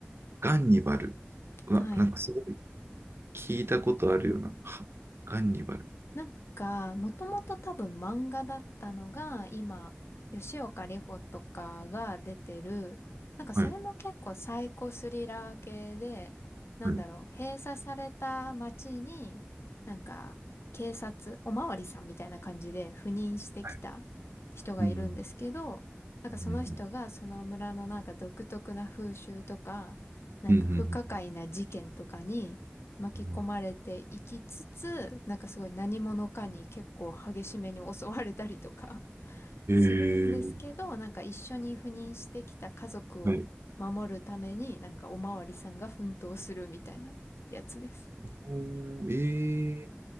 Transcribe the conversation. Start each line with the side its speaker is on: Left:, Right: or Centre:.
Right: ガンニバル。うわ、
Left: はい。
Right: なんかすごい聞いたことあるような。はガンニバル。
Left: なんか、もともと多分漫画だったのが、今、吉岡里帆とかが出てる、なんかそれも結構サイコスリラー系で、
Right: はい。
Left: なんだろう、
Right: はい。
Left: 閉鎖された街に、なんか、警察、おまわりさんみたいな感じで赴任してきた
Right: はい
Left: 人がいるんですけど、
Right: うん。
Left: なんかその人がその村のなんか独特な風習とか、
Right: うん。
Left: なんか不可解な事件とかに、
Right: うん。うん。
Left: 巻き込まれていきつつ、
Right: うん
Left: なんかすごい何者かに結構激しめに襲われたりとか <laughs>
Right: えー、
Left: するんですけど、なんか一緒に赴任してきた家族を守るために、
Right: はい。
Left: なんかおまわりさんが奮闘するみたいなやつです。
Right: おーえ